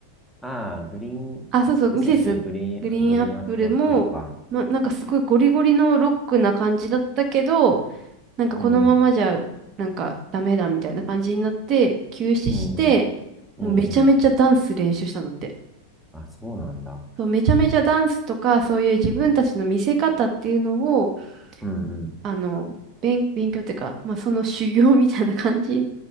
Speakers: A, in the centre; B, on the right.
A: ああ、グリーン、
B: あ、そうそう、
A: ミセスグリーン、
B: ミセスグリーンアップルも、
A: グリーンアップアップルか。
B: ま、なんかすごいゴリゴリのロックな感じだったけど、なんかこのままじゃ、
A: うん、う
B: なんかダメだみたいな感じになって、休止して、
A: ん、うん、うんうん。
B: もうめちゃめちゃダンス練習したんだって。
A: あ、そうなんだ。
B: そう、めちゃめちゃダンスとか、そういう自分たちの見せ方っていうのを、
A: うん、うん、
B: あの、勉、勉強っていうか、まあ、その修行みたいな感じ